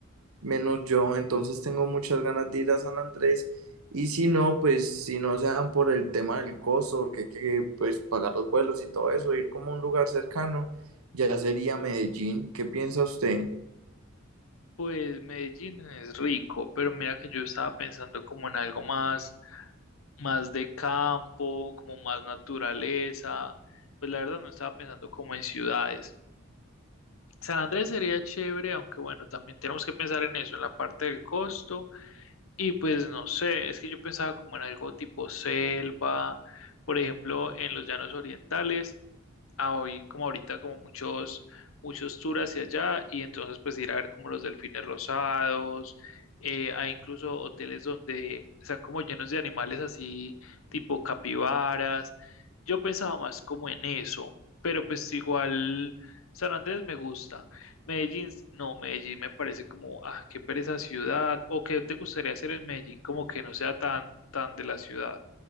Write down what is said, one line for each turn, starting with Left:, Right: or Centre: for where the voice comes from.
Right: menos yo, entonces tengo muchas ganas de ir a San Andrés. Y si no, pues si no se dan por el tema del costo, porque hay que pues, pagar los vuelos y todo eso, ir como a un lugar cercano, ya sería Medellín. ¿Qué piensa usted?
Left: Pues Medellín es rico, pero mira que yo estaba pensando como en algo más, más de campo, como más naturaleza. Pues la verdad no estaba pensando como en ciudades. San Andrés sería chévere, aunque bueno, también tenemos que pensar en eso, en la parte del costo. Y pues no sé, es que yo pensaba como en algo tipo selva, por ejemplo, en los llanos orientales. a hoy como ahorita como muchos muchos tours hacia allá y entonces pues ir a ver como los delfines rosados eh, hay incluso hoteles donde están como llenos de animales así tipo capibaras yo pensaba más como en eso pero pues igual San Andrés me gusta Medellín no Medellín me parece como ah qué pereza ciudad o qué te gustaría hacer en Medellín como que no sea tan tan de la ciudad